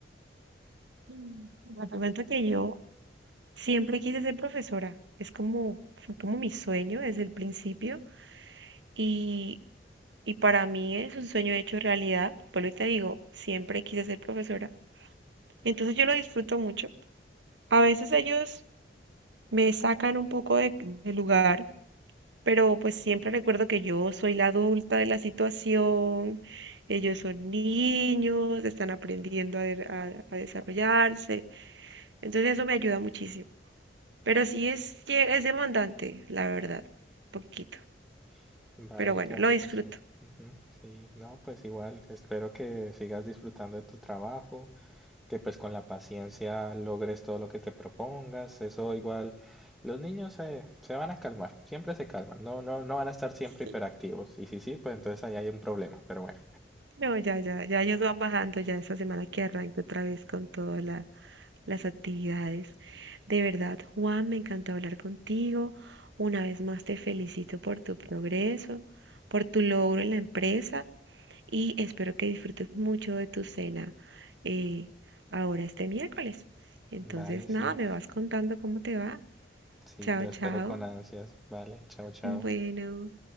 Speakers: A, on the right; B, in the centre.
A: Mm, Bueno, te cuento que yo siempre quise ser profesora. Es como, fue como mi sueño desde el principio. Y, y para mí es un sueño hecho realidad. Por lo que te digo, siempre quise ser profesora. Entonces yo lo disfruto mucho. A veces ellos me sacan un poco de, de lugar, pero pues siempre recuerdo que yo soy la adulta de la situación, ellos son niños, están aprendiendo a, de- a- a desarrollarse, entonces eso me ayuda muchísimo. Pero sí es, lle- es demandante, la verdad, un poquito,
B: <laughs> Vale,
A: pero bueno,
B: claro
A: lo disfruto.
B: que sí. Ujú, sí, no, pues igual, espero que sigas disfrutando de tu trabajo que pues con la paciencia logres todo lo que te propongas, eso igual, los niños eh, se van a calmar, siempre se calman, no, no, no van a estar siempre
A: Sí.
B: hiperactivos, y si sí, pues entonces ahí hay un problema, pero bueno,
A: No, ya, ya, ya ellos van bajando ya esta semana que arranco otra vez con toda la, las actividades. De verdad, Juan, me encantó hablar contigo. Una vez más te felicito por tu progreso, por tu logro en la empresa y espero que disfrutes mucho de tu cena eh, ahora este miércoles. Entonces,
B: vale, sí,
A: nada, me vas contando cómo te va.
B: sí,
A: Chao,
B: lo
A: chao.
B: espero con ansias, vale, chao, chao.
A: Bueno.